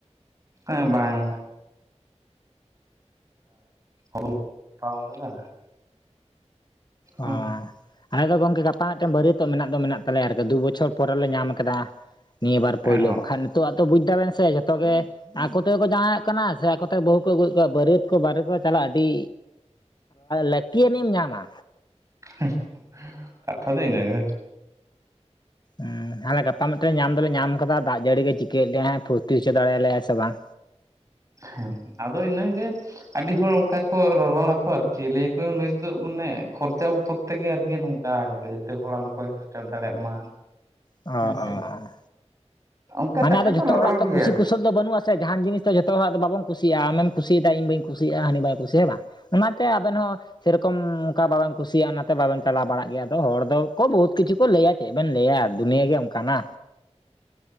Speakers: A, on the right (about 25°); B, on the left (about 40°).
A: ᱮᱸ ᱵᱟᱝ ᱟᱫᱚ <inaudible> ᱛᱟᱣ ᱠᱟᱫᱟ
B: ᱚᱻ
A: ᱦᱚᱸ
B: ᱟᱞᱮ ᱫᱚ ᱜᱚᱝᱠᱮ ᱜᱟᱯᱟ ᱢᱤᱫᱴᱮᱱ ᱵᱟᱹᱨᱤᱭᱟᱹᱛᱚᱜ ᱢᱮᱱᱟᱜ ᱫᱚ ᱢᱮᱱᱟᱜ ᱛᱟᱞᱮᱭᱟ ᱟᱨ ᱠᱤ ᱫᱩ ᱵᱚᱪᱷᱚᱨ ᱯᱚᱨᱮ ᱞᱮ ᱧᱟᱢ ᱟᱠᱟᱫᱟ᱾ ᱱᱤᱭᱟᱹ ᱵᱟᱨ ᱯᱳᱭᱞᱳ
A: ᱦᱚᱸ
B: ᱵᱟᱠᱷᱟᱱ ᱱᱤᱛᱜᱼᱟᱜ ᱛᱚ ᱵᱩᱡ ᱫᱟᱵᱮᱱ ᱥᱮ ᱡᱷᱚᱛᱚ ᱜᱮ ᱼᱼ ᱟᱠᱚᱛᱮᱠᱚ ᱡᱟᱶᱟᱭᱚᱜ ᱠᱟᱱᱟ ᱥᱮ ᱟᱠᱚᱛᱮ ᱵᱟᱹᱦᱩ ᱠᱚ ᱟᱹᱜᱩᱭᱮᱫ ᱠᱚᱣᱟ ᱵᱟᱹᱨᱭᱟᱹᱛ ᱠᱚ ᱵᱟᱨᱮ ᱠᱚ ᱪᱟᱞᱟᱜ ᱟᱹᱰᱤ ᱞᱟᱹᱠᱤ ᱭᱟᱱᱤᱢ ᱧᱟᱢ-ᱟ
A: ᱦᱮᱸ ᱠᱟᱛᱷᱟ ᱫᱚ ᱤᱱᱟᱹ ᱜᱮ
B: ᱦᱮᱸ ᱛᱟᱦᱚᱞᱮ ᱜᱟᱯᱟ ᱢᱤᱫᱴᱟᱱ ᱧᱟᱢ ᱫᱚᱞᱮ ᱧᱟᱢ ᱟᱠᱟᱫᱟ ᱫᱟᱜ ᱡᱟᱹᱲᱤ ᱜᱮ ᱪᱤᱠᱟᱹᱭᱮᱫ ᱞᱮᱭᱟᱭ ᱯᱷᱩᱨᱛᱤ ᱦᱚᱪᱚ ᱫᱟᱲᱮ ᱭᱟᱞᱮ ᱭᱟᱭ ᱥᱮ ᱵᱟᱝ
A: ᱦᱮᱸ ᱟᱫᱚ ᱤᱱᱟᱹᱜᱮ ᱟᱹᱰᱤ ᱦᱚᱲ ᱚᱱᱠᱟ ᱠᱚ ᱨᱚᱨᱚᱲᱟᱠᱚ ᱟᱨ ᱪᱮᱫ ᱞᱟᱹᱭᱟᱠᱚ ᱱᱮᱥ ᱫᱚ ᱢᱟᱱᱮ ᱠᱷᱚᱨᱪᱟ ᱵᱚᱛᱚᱨ ᱼᱼ ᱛᱮᱜᱮ ᱟᱨᱠᱤ ᱱᱚᱝᱠᱟ ᱠᱟᱫᱟᱭ ᱡᱟᱛᱮ ᱦᱚᱲ ᱟᱞᱚᱠᱚ ᱦᱮᱡ ᱥᱮᱴᱮᱨ ᱫᱟᱲᱮᱭᱟᱜ ᱢᱟ
B: ᱚ ᱚ
A: ᱦᱮᱸᱥᱮ
B: ᱚᱸ
A: ᱚᱱᱠᱟ
B: ᱢᱟᱱᱮ
A: ᱠᱟᱛᱷᱟ
B: ᱟᱫᱚ
A: ᱠᱚ
B: ᱡᱷᱚᱛᱚ
A: ᱨᱚᱨᱚᱲ
B: ᱦᱚᱲᱟᱜ ᱛᱚ
A: ᱜᱮᱭᱟ
B: ᱠᱩᱥᱤ
A: ᱟᱨᱠᱤ
B: ᱠᱩᱥᱚᱞ ᱫᱚ ᱵᱟᱹ ᱼᱼ ᱵᱟᱹᱱᱩᱜᱼᱟ ᱥᱮ ᱡᱟᱦᱟᱱ ᱡᱤᱱᱤᱥ ᱫᱚ ᱡᱚᱛᱚ ᱦᱚᱲᱟᱜ ᱫᱚ ᱵᱟᱵᱚᱱ ᱠᱩᱤᱭᱟᱜᱼᱟ᱾ ᱟᱢ ᱮᱢ ᱠᱩᱥᱤ ᱭᱟᱫᱟ ᱤᱧ ᱵᱟᱹᱧ ᱠᱩᱤ ᱭᱟᱜᱼᱟ ᱦᱟᱹᱱᱤ ᱵᱟᱭ ᱠᱩᱥᱤᱭᱟᱜᱼᱟ ᱦᱮᱸ ᱵᱟᱝ? ᱚᱱᱟᱛᱮ ᱟᱵᱮᱱ ᱦᱚᱸ ᱥᱮᱨᱚᱠᱚᱢ ᱚᱱᱠᱟ ᱵᱟ ᱼᱼ ᱠᱩᱥᱤᱭᱟᱜᱼᱟ ᱚᱱᱟᱛᱮ ᱵᱟᱵᱮᱱ ᱪᱟᱞᱟᱣ ᱵᱟᱲᱟᱜ ᱜᱮᱭᱟ ᱟᱫᱚ ᱦᱚᱲ ᱫᱚᱠᱚ ᱵᱚᱦᱩᱛ ᱠᱤᱪᱷᱩ ᱠᱚ ᱞᱟᱹᱭᱟ ᱪᱮᱫ ᱵᱮᱱ ᱞᱟᱹᱭᱟ ᱫᱩᱱᱭᱟᱹᱜ ᱜᱮ ᱚᱱᱠᱟᱱᱟ